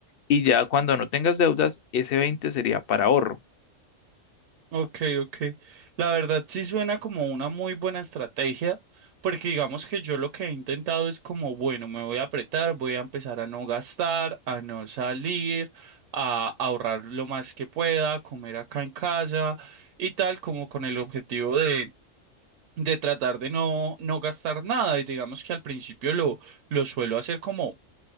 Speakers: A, on the left (about 60°); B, on the right (about 70°).
A: y ya cuando no tengas deudas, ese 20 sería para ahorro.
B: Ok, ok. La verdad sí suena como una muy buena estrategia, porque digamos que yo lo que he intentado es como, bueno, me voy a apretar, voy a empezar a no gastar, a no salir, a ahorrar lo más que pueda, a comer acá en casa y tal, como con el objetivo de, de tratar de no, no gastar nada. Y digamos que al principio lo, lo suelo hacer como